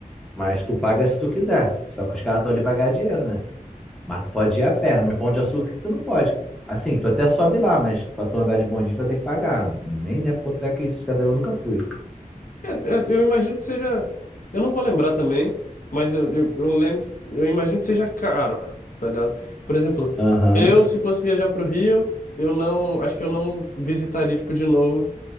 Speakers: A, in the centre; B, on the left.
A: Mas tu paga se tu quiser. Só que os caras estão ali pra ganhar dinheiro, né? Mas tu pode ir a pé. No Pão de Açúcar que tu não pode. Assim, tu até sobe lá, mas pra tu andar de bondinho tu vai ter que pagar. Nem lembro quanto é que isso. Quer saber, eu nunca fui.
B: É, é, eu imagino que seja. Eu não vou lembrar também, mas eu, eu, eu lembro. Eu imagino que seja caro, tá ligado? Por exemplo,
A: Aham.
B: eu, se fosse viajar pro Rio, eu não. Acho que eu não visitaria, tipo, de novo